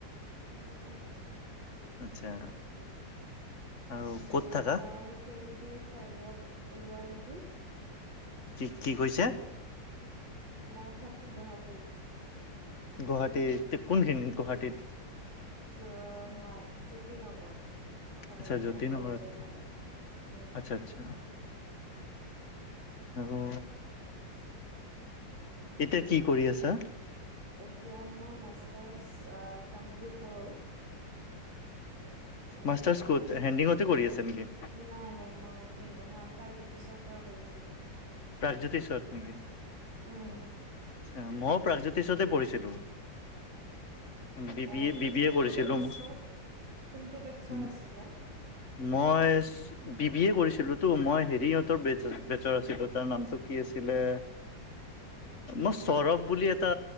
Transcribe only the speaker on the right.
অ
অ
তাই টুৱেণ্টি ফাইভত ওলোৱা নেকি
মই থাকো গহাটীত
চৌ হা জ্যোতি নগৰ ফালে
গুৱাহাটী
কলেজৰ ফালে উম
এতিয়া মোৰ মাষ্টাৰছ কমপ্লিট হ'ল। এতিয়া
সেইকাৰণে
নাই। নাই। মই <unintelligible> জ্যোতিষৰ পৰা কৰিছিলো।
উম',
অ
তুমি
কোনটো
বেটছৰ
কোনটো বেটছৰ
আছিলা